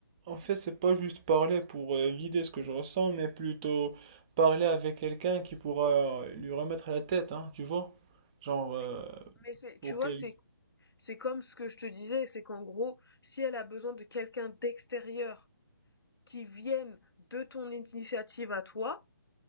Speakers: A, on the right; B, on the left.
A: en fait, c'est pas juste parler pour euh, vider ce que je ressens, mais plutôt parler avec quelqu'un qui pourra lui remettre la tête, hein, tu vois? Genre, euh,
B: Mais, mais c'est, tu
A: pour
B: vois,
A: qu'elle.
B: c'est, c'est comme ce que je te disais, c'est qu'en gros, si elle a besoin de quelqu'un d'extérieur qui vienne de ton initiative à toi,